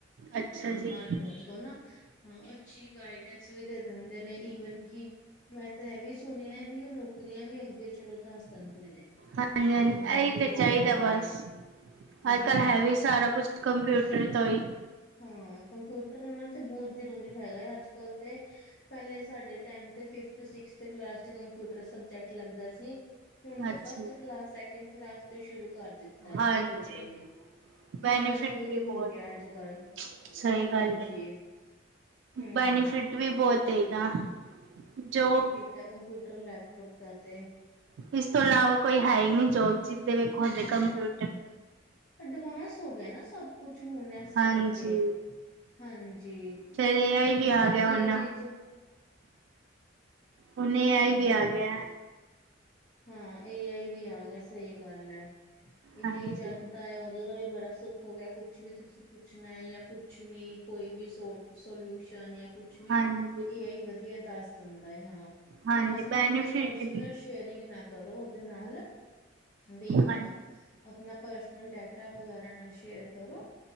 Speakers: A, on the right; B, on the left.
A: ਅੱਛਾ ਜੀ
B: ਹਾਰਡਰੋਨ। ਤੋ ਨਾ ਹਾਂ ਅੱਛੀ ਗਾਈਡੈਂਸ ਵੀ ਦੇ ਦਿੰਦੇ ਨੇ ਈਵਨ ਕਿ, ਮੈਂ ਤਾਂ ਇਹ ਵੀ ਸੁ- ਸੁਣਿਆ ਹੈ ਵੀ ਉਹ ਨੌਕਰੀਆਂ ਵੀ ਅੱਗੇ ਚਲੋ ਦੱਸ ਦਿੰਦੇ ਨੇ।
A: ਹਾਂਜੀ- ਹਾਂਜੀ
B: ਵੀ ਹਾਂ
A: ਇਹੀ
B: ਕਿੱਧਰੇ
A: ਤੇ ਚਾਹੀਦਾ
B: ਹੈਗਾ
A: ਬਸ
B: ਹੈ ਹਾਂ
A: ਅੱਜ ਕੱਲ ਹੈ ਵੀ ਸਾਰਾ ਕੁਛ ਕੰਪਿਊ- ਟਰ ਤੋਂ ਹੀ।
B: ਹੂੰ ਕੰਪਿਊਟਰ ਇਹਨਾਂ ਤੇ ਬਹੁਤ ਜ਼ਰੂਰੀ ਹੈਗਾ ਹੈ ਅੱਜ ਕੱਲ ਤੇ। ਪਹਿਲੇ ਸਾਡੇ ਟੈਮ ਤੇ ਫਿਫਥ- ਸਿਕਸਥ ਕਲਾਸ ਚ ਕੰਪਿਊਟਰ ਸਬਜੈਕਟ ਲੱਗਦਾ ਸੀ। ਹੁਣ ਤੇ
A: ਅੱਛਾ
B: ਫਸਟ ਕਲਾਸ, ਸੈਕਿੰਡ ਕਲਾਸ ਤੇ ਸ਼ੁਰੂ ਕਰ ਦਿੱਤਾ ਹੈ
A: ਹਾਂਜੀ
B: ਕੰਪਿਊਟਰ ਵੀ।
A: ਬੈਨੀਫਿਟ
B: ਇੰਨਾ ਜ਼ਰੂਰੀ
A: ਵੀ
B: ਹੋ
A: ਬਹੁਤ
B: ਗਿਆ ਅੱਜ ਕੱਲ।
A: ਸਹੀ
B: ਹਾਂਜੀ
A: ਗੱਲ ਹੈ।
B: ਹੂੰ।
A: ਬੈਨੀਫਿਟ ਵੀ ਬਹੁਤ ਹੈ ਇਹਦਾ, ਜੋ-
B: ਇਹ ਕੰਪਿਊਟਰ, ਲੈਪਟੋਪ ਦਾ ਤੇ।
A: ਇਸ ਤੋਂ ਇਲਾਵਾ ਕੋਈ ਹੈ ਈ ਨੀ ਜੋਬ, ਜਿਦੇ ਵੇਖੋ ਔਦੇ
B: ਹਾਂ
A: ਕੰਪਿਊਟਰ।
B: ਅਡਵਾਂਸ ਹੋ ਗਿਆ ਨਾ ਸਭ ਕੁਛ ਹੁਣ। ਇਸ
A: ਹਾਂਜੀ
B: ਕਰਕੇ, ਹਾਂਜੀ
A: ਫੇਰ ਏ ਆਈ ਵੀ
B: ਤੇ ਹਰ
A: ਆ ਗਿਆ
B: ਚੀਜ਼
A: ਹੁਣ
B: ਇਚ-
A: ਹੁਣ ਏ ਆਈ
B: ਹਾਂ
A: ਵੀ ਆ ਗਿਆ।
B: ਹਾਂ ਏ ਆਈ ਵੀ ਆ ਗਿਆ ਸਹੀ ਗੱਲ ਐ ਏ
A: ਹਾਂਜੀ,
B: ਆਈ ਜਦ ਦਾ ਆ ਉਹ ਦਾ ਵੀ ਬੜਾ ਸੁੱਖ ਹੋ ਗਿਆ ਕੁਛ ਵੀ ਤੁਸੀਂ ਪੁੱਛਣਾ ਏ ਯਾ ਕੁਛ ਵੀ ਕੋਈ ਵੀ ਸੋ ਸੋਲਊਸ਼ਨ ਯਾ ਕੁ ਛ ਵੀ
A: ਹਾਂਜੀ,
B: ਏ ਆਈ ਵਧੀਆ ਦੱਸ ਦਿੰਦਾ ਏ ਹਾਂ
A: ਹਾਂਜੀ
B: ਬਸ ਆਪਣੀ
A: ਬੈਨੀਫਿਟ
B: ਕੋਈ ਪਰਸਨਲ
A: ਵੀ
B: ਸ਼ੇਅ ਰਿੰਗ ਨਾ ਕਰੋ ਉਹਦੇ ਨਾਲ ਵੀ ਹਾਂ
A: ਹਾਂਜੀ,
B: ਆਪਣਾ ਪਰਸਨਲ ਡੇਟਾ ਵਗੈਰਾ ਨਾ ਸ਼ੇਅਰ ਕਰੋ।